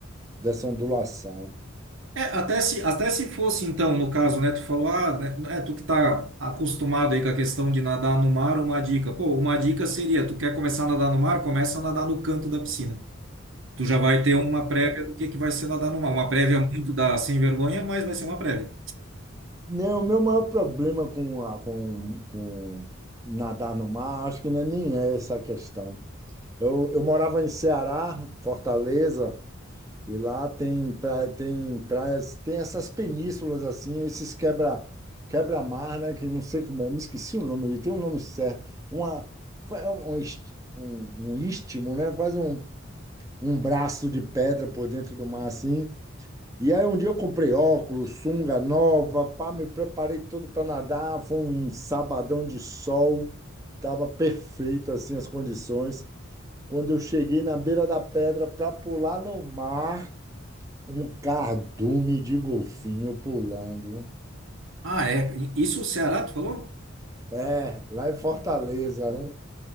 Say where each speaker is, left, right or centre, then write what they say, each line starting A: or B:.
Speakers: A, on the right; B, on the right.
A: dessa ondulação.
B: É, até se, até se fosse, então, no caso, né, tu falou, ah, né, é tu que tá acostumado aí com a questão de nadar no mar, uma dica. Pô, uma dica seria, tu quer começar a nadar no mar, começa a nadar no canto da piscina. tu já vai ter uma prévia do que, que vai ser nadar no mar. Uma prévia muito da sem vergonha, mas vai ser uma prévia.
A: Não, o meu maior problema com, a- com, com nadar no mar, acho que não é nem essa a questão. Eu, eu morava em Ceará, Fortaleza, e lá tem, pra, tem praias, tem essas penínsulas assim, esses quebra, quebra-mar, né? Que não sei como é, eu me esqueci o nome, tem um nome certo. Uma, é um, um, ist- um, um istmo, né? Quase um, um braço de pedra por dentro do mar, assim. E aí um dia eu comprei óculos, sunga nova, pá, me preparei todo para nadar, foi um sabadão de sol, tava perfeito assim as condições. Quando eu cheguei na beira da pedra para pular no mar, um cardume de golfinho pulando.
B: Ah, é. Isso o Ceará, tu falou?
A: É, lá em Fortaleza, né?